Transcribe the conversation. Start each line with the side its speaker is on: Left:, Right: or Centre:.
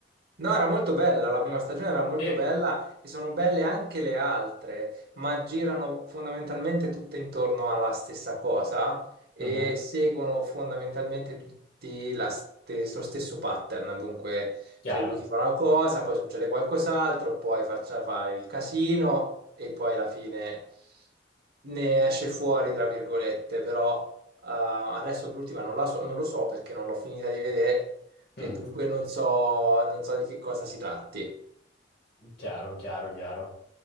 Right: No, era molto bella, la prima stagione era molto
Left: Sì.
Right: bella e sono belle anche le altre, ma girano fondamentalmente tutte intorno alla stessa cosa e
Left: Mhm.
Right: seguono fondamentalmente tutti la stes- lo stesso pattern. Dunque,
Left: Chiaro.
Right: c'è lui che fa una cosa, poi succede qualcos'altro, poi faccia fa il casino e poi alla fine ne esce fuori, tra virgolette, però eh, adesso l'ultima non la so, non lo so perché non l'ho finita di vedere e
Left: <laughs>
Right: dunque non so, non so di che cosa si tratti.
Left: Chiaro, chiaro, chiaro.